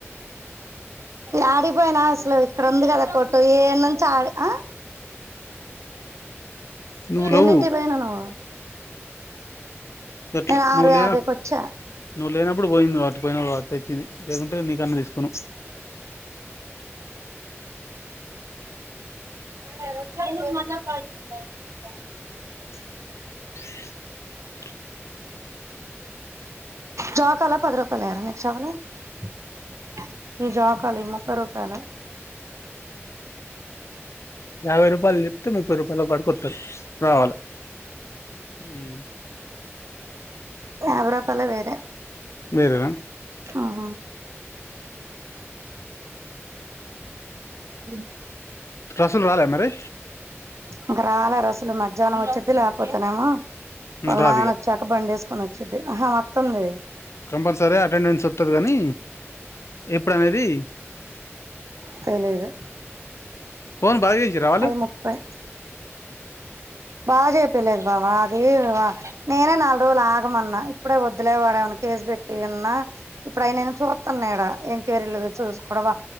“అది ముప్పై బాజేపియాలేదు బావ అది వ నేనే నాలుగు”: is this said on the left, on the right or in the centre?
Right